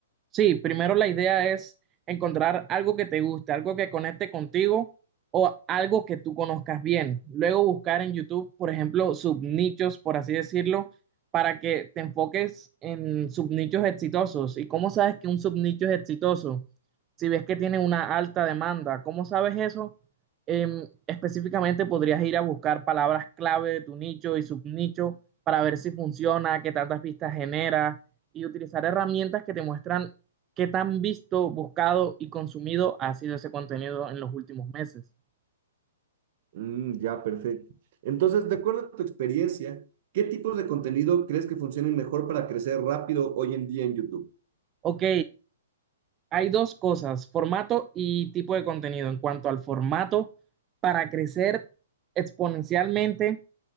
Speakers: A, on the right; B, on the right.
A: Sí, primero la idea es encontrar algo que te guste, algo que conecte contigo o algo que tú conozcas bien. Luego buscar en YouTube, por ejemplo, subnichos, por así decirlo, para que te enfoques en subnichos exitosos. ¿Y cómo sabes que un subnicho es exitoso? Si ves que tiene una alta demanda, ¿cómo sabes eso? Em, específicamente podrías ir a buscar palabras clave de tu nicho y subnicho para ver si funciona, qué tantas vistas genera y utilizar herramientas que te muestran ¿Qué tan visto, buscado y consumido ha sido ese contenido en los últimos meses?
B: Mm, ya, perfecto. Entonces, de acuerdo a tu experiencia, ¿qué tipos de contenido crees que funcionen mejor para crecer rápido hoy en día en YouTube?
A: Ok, hay dos cosas, formato y tipo de contenido. En cuanto al formato, para crecer exponencialmente